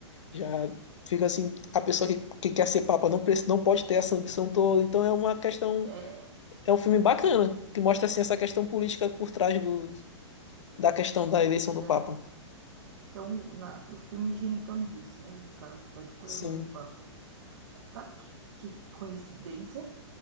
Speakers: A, on the left; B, on the right.
A: já fica assim, a pessoa que, que quer ser papa não, não pode ter essa ambição toda, então é uma questão,
B: É,
A: é um filme bacana, que mostra assim essa questão política por trás do, da questão da eleição do
B: da-
A: papa.
B: então, na- o filme gira em torno disso, né? No caso, da escolha
A: Sim,
B: do novo Papa. Sabe que, que coincidência?